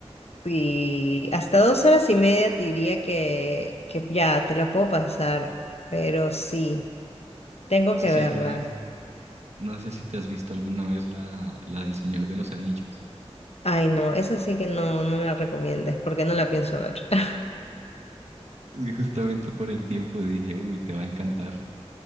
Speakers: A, on the left; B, on the right.
A: Y hasta dos horas y media diría que, que ya te la puedo pasar. Pero sí, tengo
B: No sé
A: que
B: si
A: verla.
B: alguna vez, no sé si te has visto alguna vez la, la del Señor de los Anillos.
A: Ay, no, esa sí que no, no me la recomiendes porque no la pienso ver. <laughs>
B: Es que justamente por el tiempo dije, uy, te va a encantar.